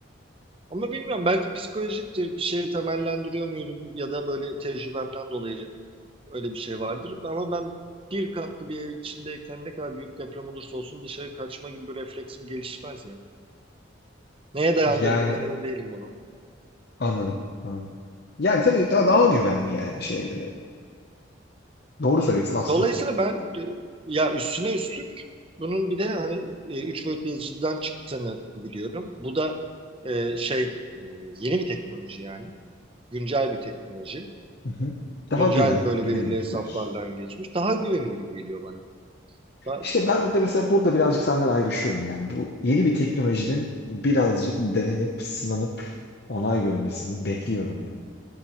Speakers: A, on the right; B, on the left.
A: Ama bilmiyorum belki psikolojiktir bir şeye temellendiriyor muyum ya da böyle tecrübemden dolayı öyle bir şey vardır. Ama ben bir katlı bir evin içindeyken ne kadar büyük deprem olursa olsun dışarı kaçma gibi bir refleksim gelişmez ya. Neye dayandırdığımdan
B: Yani
A: emin değilim bunu.
B: anladım, anladım. Yani tabii daha, daha güvenli yani şeye göre. Doğru söylüyorsun aslında.
A: Dolayısıyla ben e, ya üstüne üstlük bunun bir de hani e, üç boyutlu yazıcıdan çıktığını biliyorum. Bu da e, şey e, yeni bir teknoloji yani. Güncel bir teknoloji.
B: Hı hı. Daha
A: Güncel
B: güven,
A: böyle
B: güvenilir
A: belirli hesaplardan
B: diyorsun.
A: geçmiş. Daha güvenilir geliyor bana. Da-
B: İşte ben de mesela burada birazcık senden ayrışıyorum yani. Bu yeni bir teknolojinin birazcık denenip, sınanıp onay görmesini bekliyorum yani.